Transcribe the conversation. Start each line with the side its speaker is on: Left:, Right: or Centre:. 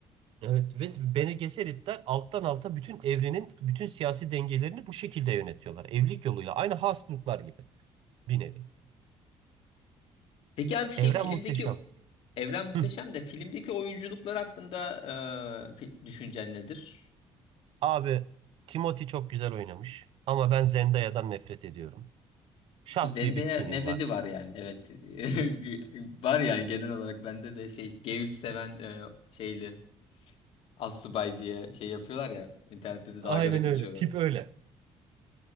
Right: Evet ve Bene Gesseritler alttan alta bütün evrenin bütün siyasi dengelerini bu şekilde yönetiyorlar. Evlilik yoluyla. Aynı Habsburglar gibi bir nevi.
Left: Peki abi şey
Right: Evren
Left: filmdeki
Right: muhteşem.
Left: evren muhteşem
Right: Hı.
Left: de filmdeki oyunculuklar hakkında e, pi- düşüncen nedir?
Right: Abi Timothy çok güzel oynamış ama ben Zendaya'dan nefret ediyorum. Şahsi
Left: Bu Zendaya
Right: bir kinim
Left: nefreti
Right: var.
Left: var yani evet. <laughs> Var yani genel olarak bende de şey G3 seven e, şeyli assubay diye şey yapıyorlar ya internette de
Right: Aynen
Left: dalga da geçiyorlar.
Right: öyle. Tip öyle.